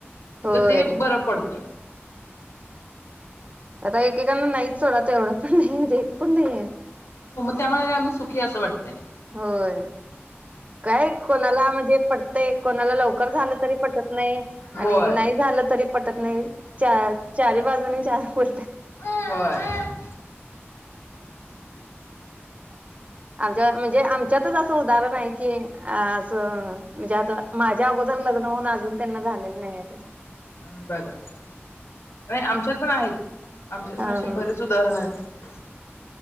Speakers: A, on the right; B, on the left.
A: होय
B: तर ते
A: होय
B: बरं पडतंय
A: आता एकेकांना नाहीच सोडा तेवढं पण नाहीएत पण नाहीयेत
B: त्यामुळे आम्ही सुखिये असं वाटतेय
A: होय काय कोणाला म्हणजे पटतय कोणाला लवकर झालं तरी पटत नाही आणि
B: होय
A: नाई झालं तरी पटत नाही. चार चारी बाजूनी चार फुर्त
B: अ व्हय
A: आमच्या म्हणजे आमच्यातच असं उदाहरण आहे. की असं म्हणजे आता माझ्या अगोदर लग्न होऊन अजून त्यांना झालेलं नाहीए
B: अ बघा नाही आमच्यात पण आहेत, आमच्यात पण
A: हा
B: असे
A: हा
B: बरेच उदाहरण आहेत.